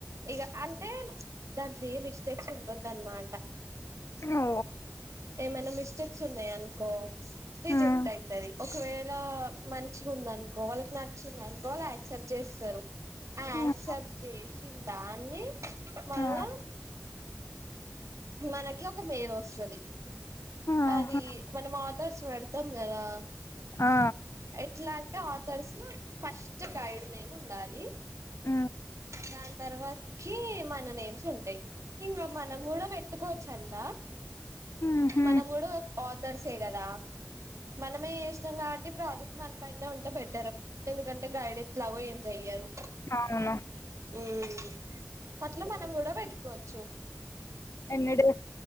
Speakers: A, on the right; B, on the left.
A: ఇగ అంటే దాంట్ల ఏ మిస్టేక్స్ ఉండొదన్నమాట
B: ఓ
A: ఏమన్న మిస్టేక్ సున్నాయనుకో రిజెక్ట్
B: ఉమ్
A: అయితది ఒకవేళ మంచిగా ఉందనుకో వాళ్ళకి న చ్చిందనుకో వాళ్ళు యాక్సెప్ట్ చేస్తారు అ యాక్సెప్ట్
B: ఉమ్
A: చేసిందాన్ని మళ్ళా
B: ఆ
A: మనకి ఒక మేల్ వస్తది
B: ఆహా
A: అది మనం ఆతర్స్ పెడుతాం కదా
B: ఆ
A: ఎట్లా అంటే ఆథర్స్ ఫస్ట్ గైడ్ నేమ్ ఉం డాలీ
B: ఆ
A: దాని తర్వాతకిి మన నేమ్స్ ఉంటాయి ఇంగ మనం కూడా పెట్టుకోవచ్చంట
B: మ్ హు
A: మనం కూడా ఆథర్సే కదా మనమే చేసినం కబ ఈ ప్రాజెక్ట్ మనపైన్నే ఉంటే బెటర్ ఎందుకంటే గైడెట్లాగో ఏం చెయ్యరు
B: అవునా
A: హుమ్ అట్ల మనం కూడా పెట్టుకోవచ్చు
B: ఎన్నడు